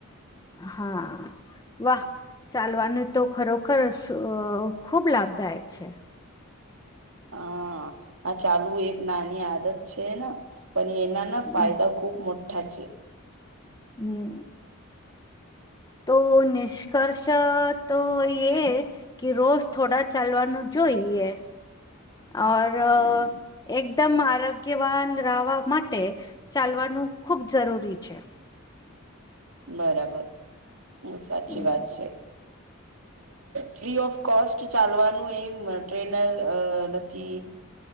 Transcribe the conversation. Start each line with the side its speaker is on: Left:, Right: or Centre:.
Left: હા. વાહ ચાલવાનું તો ખરોખર ખુબ લાભદાયક છે.
Right: હા આ ચાલુ એક નાની આદત છે ને પણ એના.
Left: હમ
Right: ફાયદા ખૂબ મોટા છે.
Left: હમ. તો નિષ્કર્ષ તો એે. કે રોષ થોડા ચાલવાનું જોઈએ ઓર એક.
Right: હમ
Left: એકદમ આરોગ્યવાન રવા માટે ચાલવાનું ખૂબ જરૂરી છે.
Right: બરાબર. હ સાચી
Left: હમ
Right: વાત છે ફ્રી ઓફ કોસ્ટ ચાલવાનું એ. ટ્રેનર નથી